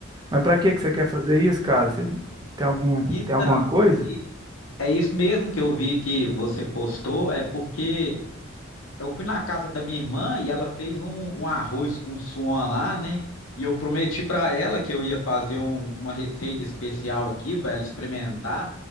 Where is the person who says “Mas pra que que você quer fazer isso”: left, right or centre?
Right